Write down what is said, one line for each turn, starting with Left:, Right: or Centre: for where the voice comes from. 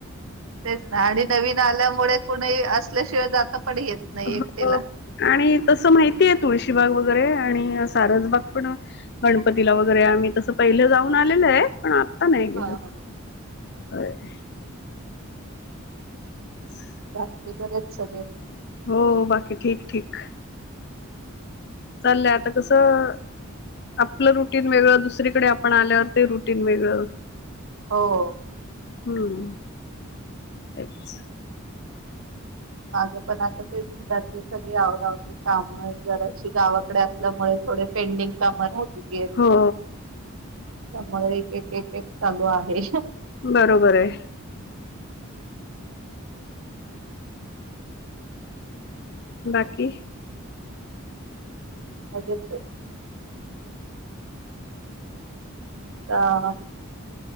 Right: तेच नाही आणि नवीन आल्यामुळे कुणी असल्याशिवाय जाता पण येत नाही
Left: हो
Right: एकटेला.
Left: आणि तसं माहितीय तुळशीबाग वगैरे आणि सारसबाग पण. गणपतीला वगैरे म्ही तसं पहिलं जाऊन आलेल आहे पण. अ नाही गेलो
Right: हा हा
Left: <unintelligible> <inaudible>
Right: बाकी बरे येत सगळे.
Left: हो बाकी ठीक ठीक. चाललंय आता कसं आपलं रुटीन वेगळं दुसरीकडे आपण आल्यावर ते रुटीन वेगळं.
Right: हो.
Left: हम्म तेच.
Right: माझं पण आता तेच घरातले सगळी आवरावरी काम जराशी गावाकडे अस आपल्यामुळे थोडे पेंडिंग काम राहिलेली आहेत.
Left: हो
Right: त्यामुळे एक एक एक एक चालू आहे.
Left: बरोबर आहे. बाकी?
Right: मजेत ये. ह.